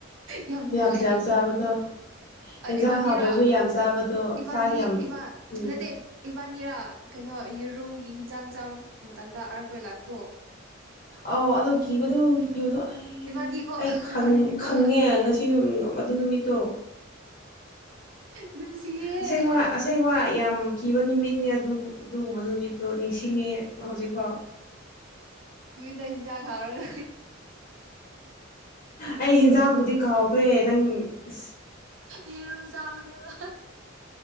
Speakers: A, on the right; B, on the left.
A: ꯌꯥꯝ ꯅꯨꯡꯉꯥꯏꯌꯦ
B: ꯌꯥꯝꯁꯨ ꯌꯥꯝ ꯆꯥꯕꯗꯣ ꯌꯦꯟꯁꯥꯡ
A: ꯏꯕꯥꯅꯤꯔꯥ
B: ꯍꯥꯎꯗ꯭ꯔꯁꯨ ꯌꯥꯝ ꯆꯥꯕꯗꯣ
A: ꯏꯕꯥꯅꯤ
B: ꯆꯥꯛ ꯌꯥꯝ ꯎꯝ
A: ꯅꯠꯇꯦ ꯏꯕꯥꯅꯤꯔꯥ ꯀꯩꯅꯣ ꯌꯦꯔꯨꯝꯒꯤ ꯍꯤꯟꯖꯥꯡ ꯆꯥꯕ ꯃꯇꯝꯗ ꯑꯥꯔ ꯀꯣꯏ ꯂꯥꯛꯄꯗꯣ
B: ꯑ ꯑꯗꯣ ꯀꯕꯗꯨꯣ ꯨꯗꯣ ꯑꯩ
A: ꯏꯕꯥꯅꯤꯀꯣ
B: ꯑꯩ
A: ꯏꯕꯥꯅꯤꯅꯤꯀꯣ
B: ꯈꯪꯉꯦ ꯉꯁꯤ ꯅꯨꯃꯤ ꯑꯗꯨ ꯅꯨꯃꯤꯠꯇꯣ
A: ꯅꯨꯡꯁꯤꯌꯦ
B: ꯑꯁꯦꯡ ꯋꯥ ꯑꯁꯦꯡ ꯋꯥ ꯌꯥꯝ ꯀꯤꯕ ꯅꯨꯃꯤꯠꯅꯦ ꯑꯗꯨ ꯑꯗꯨꯒꯨꯝꯕ ꯅꯨꯃꯤꯠꯇꯣ ꯅꯤꯡꯁꯤꯡꯉꯦ ꯍꯧꯖꯤꯛꯐꯥꯎ
A: ꯍꯤꯡꯆꯥ ꯈꯔ
B: ꯑꯩ ꯍꯟꯖꯥꯡꯕꯨꯗꯤ ꯀꯥꯎꯈ꯭ꯔꯦ ꯅꯪ ꯑ
A: ꯍꯔꯣꯖꯎꯗꯕ